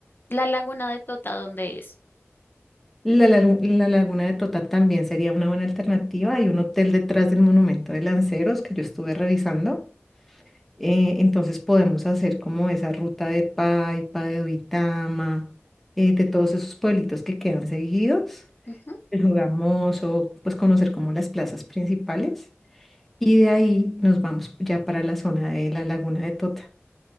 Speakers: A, on the left; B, in the centre.
A: la laguna de Tota, ¿dónde es?
B: La, lagu- la laguna de Tota también sería una buena alternativa. Hay un hotel detrás del monumento de Lanceros que yo estuve revisando. Eh, entonces podemos hacer como esa ruta de Paipa, de Duitama, eh, de todos esos pueblitos que quedan seguidos,
A: Ujú.
B: el Jugamoso, pues conocer como las plazas principales. Y de ahí nos vamos ya para la zona de la laguna de Tota.